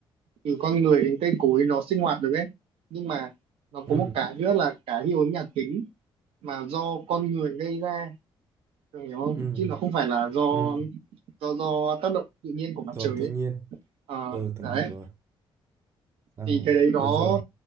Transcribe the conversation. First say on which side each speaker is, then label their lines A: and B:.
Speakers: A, on the right (about 85°); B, on the right (about 30°).
A: thì con người đến cây cối nó sinh hoạt được ấy nhưng mà nó
B: ừ
A: có một cái nữa là cái hiệu ứng nhà kính mà do con người gây ra Cường hiểu không
B: ừ
A: chứ nó không phải là do
B: ừ
A: do do tác động tự nhiên của mặt
B: rồi
A: trời ấy
B: tự nhiên
A: Ờ,
B: ừ tường
A: đấy
B: hiểu rồi à,
A: thì cái đấy nó
B: được rồi